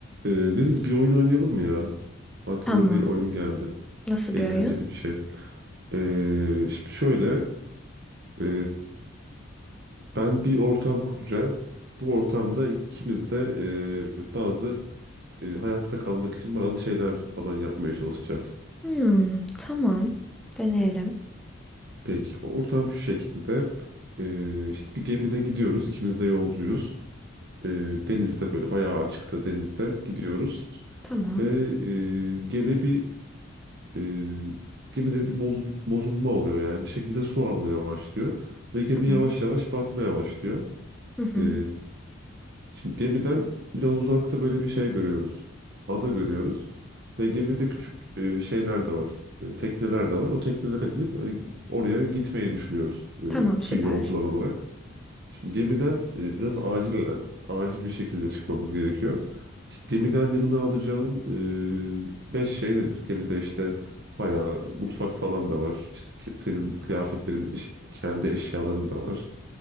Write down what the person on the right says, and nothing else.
Ee, Deniz bir oyun oynayalım mı ya? Aklıma
bir oyun geldi.
Eğlenceli
bir şey. Ee, şimdi şöyle. ee, ben bir ortam kuracağım. Bu ortamda ikimiz de ee, bazı ee, hayatta kalmak için bazı şeyler falan yapmaya çalışacağız.
Peki ortam şu şekilde. Ee, işte bir gemide gidiyoruz. İkimiz de yolcuyuz. Ee, denizde böyle bayağı açıkta denizde gidiyoruz.
Ve ee, gemi bir E, gemide bir bozul- bozulma oluyor yani. Bir şekilde su almaya başlıyor. Ve gemi
yavaş yavaş batmaya başlıyor.
E, şimdi gemiden biraz uzakta böyle bir şey görüyoruz. Ada görüyoruz. Ve gemide küçük e, şeyler de var. E, tekneler de var. O teknelere binip hani oraya gitmeyi düşünüyoruz. e,
bütün
yolcular olarak. Şimdi gemiden e, biraz acil e, acil bir şekilde çıkmamız gerekiyor. İşte gemiden yanına alacağın e, beş şey nedir? Gemide işte bayağı mutfak falan da var. İşte ki- senin kıyafetlerin, iş- kendi eşyaların da var.